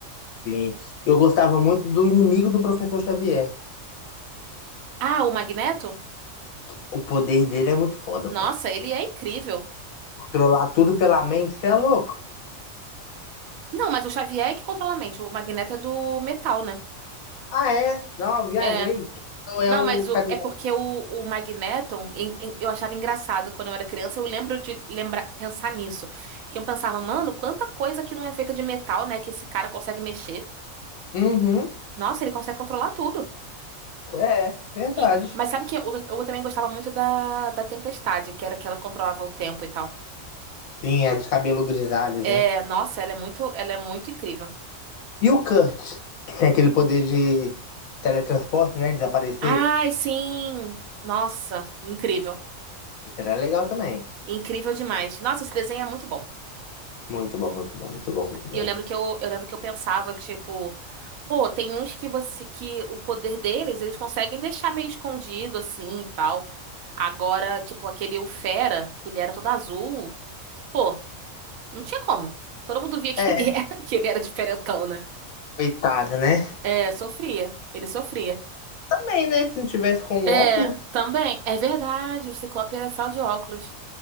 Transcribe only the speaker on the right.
Ah, o Magneto?
Nossa,
ele é incrível.
Não, mas o Xavier é que controla a mente. O Magneto é do metal, né?
É.
Não,
mas o-
é porque o, o Magneton, em- em- eu achava engraçado quando eu era criança, eu lembro de lembrar, pensar nisso. Que eu pensava, mano, quanta coisa que não é feita de metal, né, que esse cara consegue mexer.
Nossa, ele consegue controlar tudo.
E, mas sabe que eu, eu também gostava muito da, da Tempestade, que era que ela controlava o tempo e tal.
É,
nossa, ela é muito, ela é muito incrível.
Ai, sim! Nossa, incrível.
Incrível demais. Nossa, esse desenho é muito bom.
E eu lembro que eu, eu lembro que eu pensava, tipo, Pô, tem uns que você que o poder deles, eles conseguem deixar meio escondido assim e tal. Agora, tipo, aquele o Fera, que ele era todo azul, pô, não tinha como. Todo mundo via <laughs> que
ele era, <laughs> que ele era diferentão, né?
É, sofria. Ele sofria.
É,
também. É verdade, o Ciclope era só de óculos.